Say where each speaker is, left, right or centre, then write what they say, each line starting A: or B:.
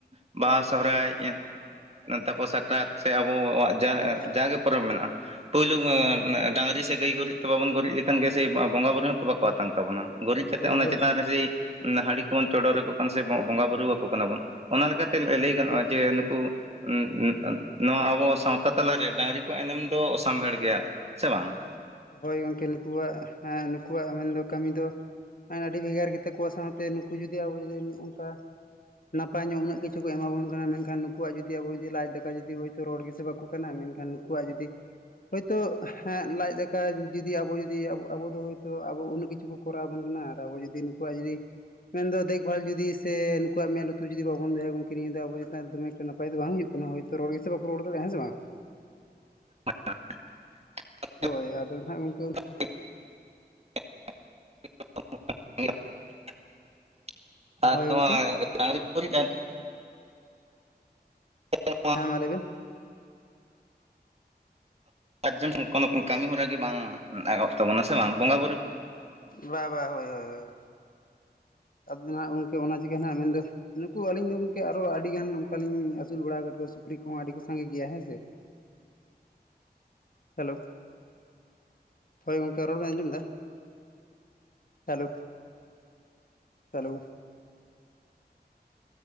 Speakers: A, on the right; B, on the left.
A: ᱵᱟᱦᱟ ᱥᱚᱦᱨᱟᱭ ᱛᱟᱨᱯᱚᱨ ᱥᱟᱠᱨᱟᱛ ᱥᱮ ᱟᱵᱚᱣᱟᱜ ᱾ ᱡᱟ
B: ᱦᱳᱭ
A: ᱡᱟᱜᱮ ᱯᱚᱨᱚᱵᱽ ᱢᱮᱱᱟᱜᱼᱟ ᱯᱳᱭᱞᱳ ᱰᱟᱝᱨᱤ ᱥᱮ ᱜᱟᱹᱭ ᱜᱩᱨᱤᱡ ᱛᱮ ᱵᱟᱵᱚᱱ ᱜᱩᱨᱤᱡ ᱞᱮᱠᱷᱟᱱ ᱜᱮ ᱵᱚᱸᱜᱟ ᱵᱩᱨᱩ ᱦᱚᱸ ᱾ ᱵᱟᱠᱚ ᱟᱛᱟᱝ ᱛᱟᱵᱚᱱᱟ ᱜᱩᱨᱤᱡ ᱠᱟᱛᱮᱜ ᱚᱱᱟ
B: ᱦᱳᱭ
A: ᱪᱮᱛᱟᱱ ᱨᱮ ᱥᱮ ᱾ ᱦᱟᱺᱰᱤ ᱠᱚᱵᱚᱱ ᱪᱚᱰᱚᱨ ᱟᱠᱚ ᱠᱟᱱᱟ ᱥᱮ ᱵᱚᱸᱜᱟ ᱵᱩᱨᱩ ᱟᱠᱚ ᱠᱟᱱᱟ ᱵᱚᱱ ᱚᱱᱟ ᱞᱮᱠᱟᱛᱮ ᱛᱮ ᱞᱟᱹᱭ ᱜᱟᱱᱚᱜᱼᱟ
B: ᱦᱳᱭ
A: ᱡᱮ
B: ᱜᱚᱢᱠᱮ
A: ᱱᱩᱠᱩ <inaudible> ᱱᱚᱣᱟ ᱟᱵᱚ ᱥᱟᱶᱛᱟ ᱛᱟᱞᱟᱨᱮ ᱰᱟᱝᱨᱤ ᱠᱚᱣᱟᱜ ᱮᱱᱮᱢ ᱫᱚ ᱥᱟᱢᱵᱷᱮᱲ ᱜᱮᱭᱟ ᱥᱮ ᱵᱟᱝ ᱾
B: ᱦᱳᱭ ᱜᱚᱢᱠᱮ ᱱᱩᱠᱩᱣᱟᱜ ᱦᱮᱸ ᱱᱩᱠᱩᱣᱟᱜ ᱢᱮᱱᱫᱚ ᱠᱟᱹᱢᱤ ᱫᱚ ᱾ ᱟᱹᱰᱤ ᱵᱷᱮᱜᱟᱨ ᱜᱮᱛᱟ ᱠᱚᱣᱟ ᱥᱟᱶᱛᱮ ᱱᱩᱠᱩ ᱡᱩᱫᱤ ᱟᱵᱚ ᱡᱩᱫᱤ ᱱᱚ ᱱᱚᱝᱠᱟ ᱾ ᱱᱟᱯᱟᱭ ᱧᱚᱜ ᱩᱱᱟᱹᱜ ᱠᱤᱪᱷᱩ ᱮᱢᱟᱵᱚᱱ ᱠᱟᱱᱟ ᱢᱮᱱᱠᱷᱟᱱ ᱱᱩᱠᱩᱣᱟᱜ ᱡᱩᱫᱤ ᱟᱵᱚ ᱡᱩᱫᱤ ᱞᱟᱡ ᱫᱟᱠᱟ ᱡᱩᱫᱤ ᱦᱳᱭ ᱾ ᱨᱚᱲ ᱜᱮᱥᱮ ᱵᱟᱠᱚ ᱠᱟᱱᱟ ᱢᱮᱱᱠᱷᱟᱱ ᱱᱩᱠᱩᱣᱟᱜ ᱡᱩᱫᱤ ᱦᱳᱭᱛᱳ ᱞᱟᱡ ᱫᱟᱠ᱾ ᱠᱟ ᱡᱩᱫᱤ ᱟᱵᱚ ᱡᱩᱫᱤ ᱟᱵᱚ ᱫᱚ ᱦᱚᱭᱛᱳ ᱟᱵᱚ ᱩᱱᱟᱹᱜ ᱠᱤᱪᱷᱩ ᱠᱚᱨᱟᱣ ᱵᱚᱱ ᱠᱟᱱᱟ ᱟᱨ ᱟᱵᱚ ᱡᱩᱫᱤ ᱱᱩᱠᱩᱣᱟᱜ ᱡᱩᱫᱤ ᱾ ᱢᱮᱱ ᱫᱚ ᱫᱮᱠᱵᱷᱟᱞ ᱡᱩᱫᱤ ᱥᱮ ᱱᱩᱠᱩᱣᱟᱜ ᱢᱮᱫ ᱞᱩᱛᱩᱨ ᱡᱩᱫᱤ ᱵᱟᱵᱚᱱ ᱫᱚᱦᱭᱟᱵᱚᱱ ᱠᱤᱨᱤᱧ ᱫᱟ ᱟᱵᱚ ᱪᱮᱛᱟᱱ ᱨᱮ ᱫᱚᱢᱮ ᱮᱠᱴᱟ ᱱᱟᱯᱟᱭ ᱫᱚ ᱵᱟᱝ ᱦᱩᱭᱩᱜᱼᱟ ᱾ ᱛᱮᱱᱟ ᱦᱳᱭᱛᱳ ᱨᱚᱲ ᱜᱮᱥᱮ ᱵᱟᱠᱚ ᱨᱚᱲ ᱫᱟᱲᱮᱜᱼᱟ ᱦᱮᱸ ᱵᱟᱝ ᱾
A: <inaudible>
B: ᱦᱳᱭ ᱟᱫᱚ ᱱᱟᱦᱟᱜ ᱚᱱᱠᱟ ᱾
A: <inaudible>
B: ᱦᱳᱭ
A: ᱟᱨ ᱱᱚᱣᱟ
B: ᱜᱚᱢᱠᱮ
A: ᱰᱟᱹᱝᱨᱤ <unintelligible> <inaudible>
B: ᱦᱮᱸ ᱢᱟ ᱞᱟᱹᱭ ᱵᱮᱱ?
A: ᱪᱟᱨᱡᱚᱱ ᱠᱚᱱᱳ ᱠᱟᱹᱢᱤ ᱦᱚᱨᱟ ᱜᱮ ᱵᱟᱝ ᱟᱨᱟᱢᱵᱚᱜ ᱛᱟᱵᱚᱱᱟ ᱥᱮ ᱵᱟᱝ ᱵᱚᱸᱜᱟ ᱵᱩᱨᱩ
B: ᱵᱟ ᱵᱟ ᱦᱳᱭ ᱦᱳᱭ ᱟᱫᱚ ᱱᱟᱜ ᱜᱚᱢᱠᱮ ᱚᱱᱟ ᱪᱤᱠᱟᱹ ᱱᱟᱦᱟᱜ ᱟᱵᱮᱱᱫᱚ ᱱᱩᱠᱩ ᱟᱹᱞᱤᱧ ᱫᱚ ᱜᱚᱢᱠᱮ ᱟᱨᱚ ᱟᱹᱰᱤ ᱜᱟᱱ ᱚᱱᱠᱟᱞᱤᱧ ᱟᱹᱥᱩᱞ ᱵᱟᱲᱟ ᱟᱠᱟᱫ ᱠᱚᱣᱟ ᱥᱩᱠᱨᱤ ᱠᱚᱦᱚᱸ ᱟᱹᱰᱤ ᱠᱚ ᱥᱟᱸᱜᱮ ᱜᱮᱭᱟ ᱦᱮᱸ ᱥᱮ ᱦᱮᱞᱳ ᱦᱳᱭ ᱜᱚᱢᱠᱮ ᱨᱚᱲ ᱵᱮᱱ ᱟᱸᱡᱚᱢ ᱫᱟ hello hello